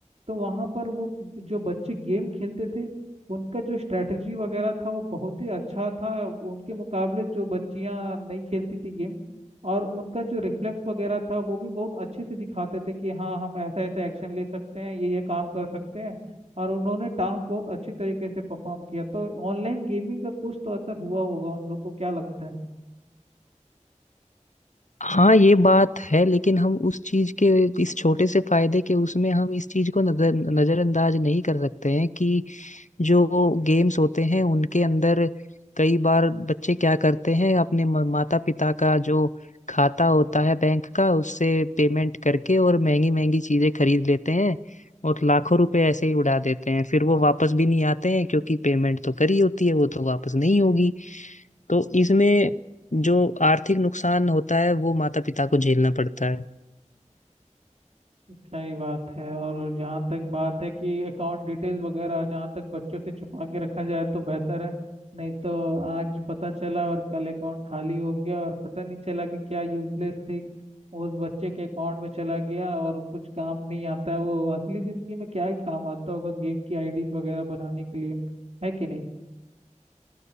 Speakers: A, on the right; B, on the left.
A: तो वहाँ पर वो जो बच्चे गेम खेलते थे उनका जो स्ट्रेटजी वगैरह था वो बहुत ही अच्छा था उनके मुकाबले जो बच्चियां नहीं खेलती थी गेम और उनका जो रिफ्लेक्स वगैरह था वो भी बहुत अच्छे से दिखाते थे कि हाँ हम ऐसा ऐसा एक्शन ले सकते हैं ये ये काम कर सकते हैं और उन्होंने टास्क बहुत अच्छी तरीके से परफॉर्म किया तो ऑनलाइन गेमिंग का कुछ तो असर हुआ होगा उन लोग को क्या लगता है
B: हाँ ये बात है लेकिन हम उस चीज के इस छोटे से फायदे के उसमें हम इस चीज को नजर नजरअंदाज नहीं कर सकते हैं कि जो गेम्स होते हैं उनके अंदर कई बार बच्चे क्या करते हैं अपने माता पिता का जो खाता होता है बैंक का उससे पेमेंट करके और महंगी महंगी चीजें खरीद लेते हैं और लाखों रुपए ऐसे ही उड़ा देते हैं फिर वो वापस भी नहीं आते हैं क्योंकि पेमेंट तो करी होती है वो तो वापस नहीं होगी तो इसमें जो आर्थिक नुकसान होता है वो माता पिता को झेलना पड़ता है
A: सही बात है और जहाँ तक बात है कि अकाउंट डिटेल वगैरह जहाँ तक बच्चों से छुपा के रखा जाए तो बेहतर है नहीं तो आज पता चला और कल अकाउंट खाली हो गया और पता नहीं चला कि क्या यूजलेस थिंग उस बच्चे के अकाउंट में चला गया और कुछ काम नहीं आता है वो असली जिंदगी में क्या ही काम आता होगा गेम की आईडी वगैरह बनाने के लिए है कि नहीं